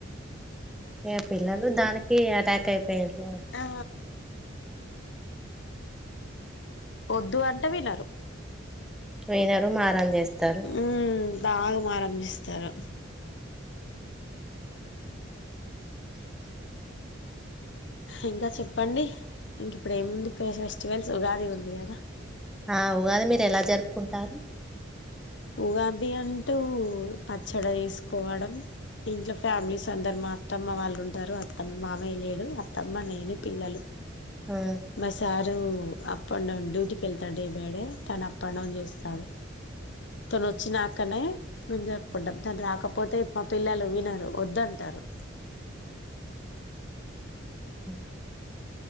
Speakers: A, in the centre; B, on the left.
A: ఏ పిల్లలు దానికి అటాక్ అయిపోయిారు
B: ఆ వద్దు అంటే వినరు
A: వినరు మారం చేస్తారు
B: హ్మ్. బాగా మారం చేస్తారు ఇంకా చెప్పండి ఇంక ఇప్పుడు ఏముందు ఫెస్టివల్స్ ఉగాది ఉంది కదా
A: ఆ ఉగాది మీరు ఎలా జరుపుకుంటారు
B: ఉగాది అంటూ పచ్చడా చేసుకోవడం ఇంట్లో ఫ్యామిలీస్ అందరు మా అత్తమ్మ వాళ్ళు ఉంటారు అత్తమ్మ మామయ్య లేడు అత్తమ్మ నేను పిల్లలు
A: ఆ
B: మా సారు అప్ అండ్ డౌన్ డ్యూటీకి వెళ్తాడు డే బై డే తను అప్ అండ్ డౌన్ చేస్తాడు తను వచ్చినాకనే మేము జరుపుకుంటాం తను రాకపోతే మా పిల్లలు వినారు వద్దంటారు
A: ఉ